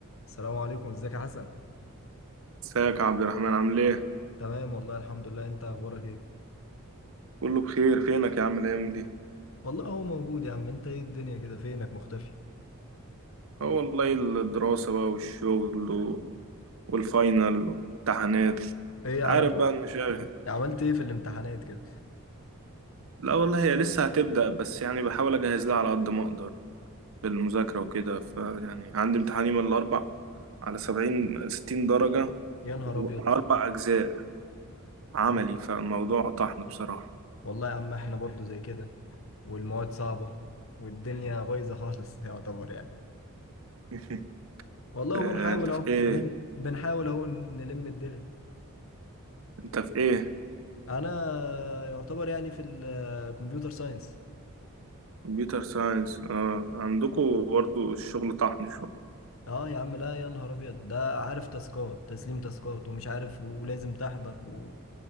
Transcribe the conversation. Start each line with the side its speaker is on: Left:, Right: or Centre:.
Left: السلام عليكم ازيك يا حسن
Right: ازيك يا عبد الرحمن عامل ايه؟
Left: تمام والله الحمد لله انت اخبارك ايه
Right: كله بخير فينك يا عم الأيام دي؟
Left: والله هو موجود يا عم انت ايه الدنيا كده فينك مختفي
Right: اه والله الدراسة بقى والشغل و... والفاينل والامتحانات
Left: ايه عملت
Right: عارف بقى المشاغل
Left: عملت ايه في الامتحانات كده
Right: لا والله هي لسه هتبدأ بس يعني بحاول أجهز لها على قد ما أقدر بالمذاكرة وكده فيعني عندي امتحان يوم الأربع على سبعين ستين درجة
Left: يا نهار
Right: وعلى
Left: ابيض
Right: أربع أجزاء عملي
Left: يا نهار-
Right: فالموضوع طحن بصراحة
Left: والله يا عم احنا برضو زي كده والمواد صعبة والدنيا بايظة خالص <laughs> يعتبر يعني
Right: <laughs>
Left: والله
Right: آه،
Left: وبنحاول
Right: أنت في
Left: اهو
Right: إيه؟
Left: نلم بنحاول اهو نلم الدنيا
Right: أنت في إيه؟
Left: انا يعتبر يعني في الكمبيوتر ساينس
Right: كمبيوتر ساينس اه عندكم برضه الشغل طحن
Left: اه يا عم لا يا نهار ابيض ده عارف تاسكات تسليم تاسكات ومش عارف ولازم تحضر و...